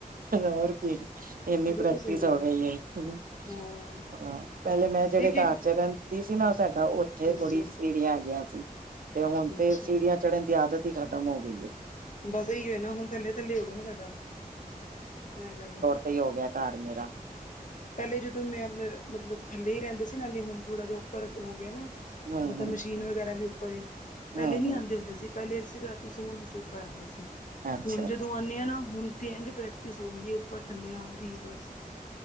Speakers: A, on the right; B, on the left.
A: ਹੋਰ ਕੀ ਇਨੀ
B: ਬਿਲਕੁਲ
A: ਪ੍ਰੈਕਟਿਸ
B: ਸਹੀ ਗੱਲ
A: ਹੋ ਗਈ ਹੈ। ਹ
B: ਹਾਂ।
A: ਪਹਿਲੇ ਮੈਂ ਜਿਹੜੇ
B: ਇੱਕ-ਇੱਕ
A: ਘਰ ਚ' ਰਹਿ ਦੀ ਸੀ ਨਾ ਸਾਡਾ ਉੱਥੇ
B: ਹਾਂਜੀ
A: ਬੜੀ ਸੀੜੀਆਂ ਗਿਆ ਸੀ। ਤੇ ਹੁਣ
B: ਅੱਛਾ
A: ਤੇ ਸੀੜੀਆਂ ਚੜਨ ਦੀ ਆਦਤ ਹੀ ਖਤਮ ਹੋ ਗਈ ਹੈ।
B: ਬਸ ਇਹੀਓ ਨਾ ਹੁਣ ਥੱਲੇ ਥੱਲੇ ਹੋ ਗਿਆ ਨਾ ਸਾਡਾ ਇਹ ਕਰ
A: ਸਹੀ ਹੋ ਗਿਆ ਘਰ ਮੇਰਾ
B: ਪਹਿਲੇ ਜਦੋਂ ਮੈਂ ਮਤਲਬ ਥੱਲੇ ਹੀ ਰਹਿੰਦੇ ਸੀ। ਨਾਲੇ ਹੁਣ ਥੋੜਾ ਜਿਹਾ ਉੱਪਰ ਹੋ ਗਿਆ ਨਾ
A: ਹਮ
B: ਮਤਲਬ
A: ਹਮ
B: ਮਸ਼ੀਨ ਵਗੈਰਾ ਵੀ ਉੱਪਰ
A: ਹਮ
B: ਪਹਿਲੇ ਨੀ
A: ਹਮ
B: ਆਉਂਦੇ ਹੁੰਦੇ ਸੀ। ਪਹਿਲੇਸੀ ਰਾਤੀ ਸੋਹਨ ਅਸੀਂ ਉੱਪਰ ਆਉਂਦੇ ਸੀ।
A: ਅੱਛਾ
B: ਹੁਣ ਜਦੋਂ ਆਉਂਦੇ ਹਾਂ ਨਾ ਹੁਣ ਤੇ ਇੰਝ ਸ ਹੋ ਗਈ ਹੈ ਉੱਪਰ ਥੱਲੇ ਆਉਣ ਦੀ ਬਸ